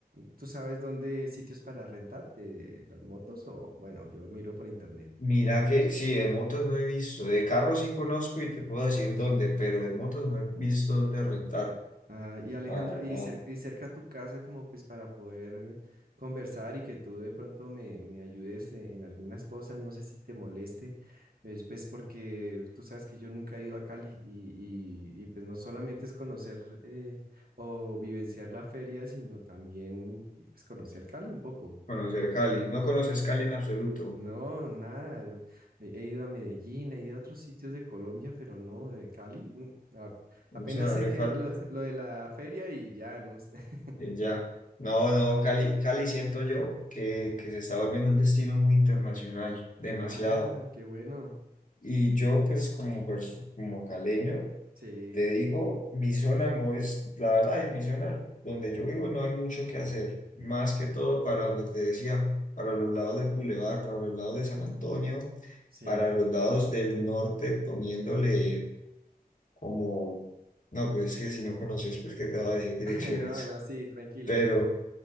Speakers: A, on the right; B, on the left.
A: ¿tú sabes dónde sitios para rentar eh, las motos? O bueno, yo miro por internet.
B: Mira que sí, de motos no he visto, de carros sí conozco y te puedo decir dónde, pero de motos no he visto dónde rentar,
A: Ah, y Alejandro,
B: para
A: y,
B: nada,
A: cer- y cerca a tu casa como pues para poder conversar y que tú de pronto me, me ayudes e-, en algunas cosas, no sé si te moleste, pues, pues porque tú sabes que yo nunca he ido a Cali y, y, y, pues no solamente es conocer eh, o vivenciar la feria, sino también pues conocer Cali un poco.
B: conocer Cali, no conoces Cali en absoluto,
A: No, nada. yo He he ido a Medellín, he ido a otros sitios de Colombia, pero no, de Cali. mm, a-
B: no
A: apenas
B: se darle
A: sé que
B: falta.
A: lo, <laughs> lo de la feria y ya, no sé. <laughs>
B: eh, Ya, no, no, Cali, Cali siento yo que, que se está volviendo un destino muy internacional, demasiado.
A: Ah, qué bueno.
B: Y yo, pues, como, pers- como caleño,
A: Sí,
B: te digo, mi zona no es, la verdad, y mi zona donde yo vivo no hay mucho que hacer, más que todo para donde te decía, para los lados del Boulevard, para los lados de San Antonio,
A: sí.
B: para los lados del norte, poniéndole como, no, pues es que si no conoces, pues, ¿qué te va a decir direcciones?
A: <laughs> No, no, sí, tranquilo.
B: Pero.